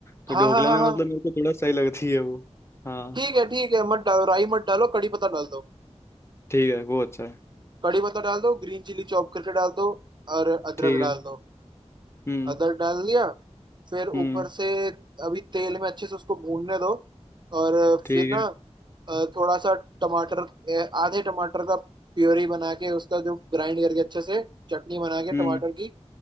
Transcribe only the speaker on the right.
हाँ
हाँ हाँ
हाँ
ठीक है ठीक है मत डालो राई मत डालो कड़ी पत्ता डाल दो
कड़ी पत्ता डाल दो ग्रीन चिली चॉप करके डाल दो और अदरक
डाल
दो
अदर डाल दिया फिर ऊपर
से अभी तेल में अच्छे से उसको भूनने दो और
फिर ना
अ, थोड़ा सा टमाटर ए, आधे टमाटर का प्योरी बना के उसका जो ग्राइंड करके अच्छे से चटनी बना के
टमाटर की